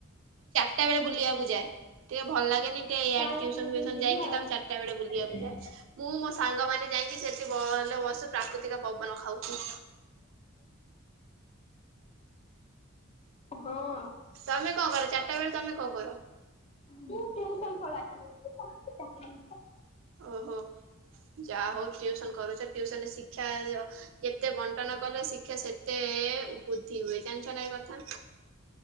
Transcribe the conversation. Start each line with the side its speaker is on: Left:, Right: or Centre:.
Right: <unintelligible> ଟାଏ ବେଳେ ବୁଲିଆକୁ ଯାଏ। ଟିକେ ଭଲ ଲାଗେନି। ଟେ ଇଆଡେ
Left: ତାହେଲେ
Right: ଟିୟୁସନ
Left: ମୁଁ
Right: ଫିୟୁସନ
Left: ବି ଯିବି
Right: ଯାଇଁକି
Left: ଆଉ।
Right: ତାଙ୍କୁ ଚାରିଟା ବେଳେ ବୁଲିଆକୁ
Left: ହଁ
Right: ଯାଏ। ମୁଁ ମୋ ସାଙ୍ଗମାନେ ଯାଇଁକି ସେଠି ବଲ୍ ଲୋ ବସୁ ପ୍ରାକୃତିକ ପବନ ଖାଉଚୁ।
Left: ହଁ।
Right: ତମେ କଣ କର ଚାରିଟା ବେଳେ ତମେ କଣ କର?
Left: ମୁଁ ଟ୍ୟୁସନ୍ ପଢ଼ାଏ।
Right: ଓହୋ। ଯା ହଉ ଟ୍ୟୁସନ୍ କରୁଚ ଟିୁସନ୍ ରେ ଶିକ୍ଷା ଯେତେ ବଣ୍ଟନ କଲେ ଶିକ୍ଷା ସେତେ ବୁଦ୍ଧି ହୁଏ ଜାଣିଛ ନାଁ ଏ କଥା?